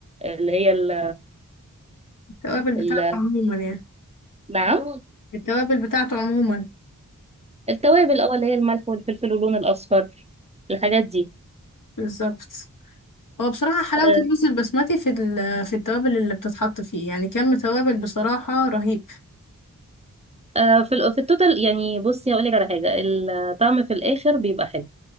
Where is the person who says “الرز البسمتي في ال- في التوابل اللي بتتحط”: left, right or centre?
Left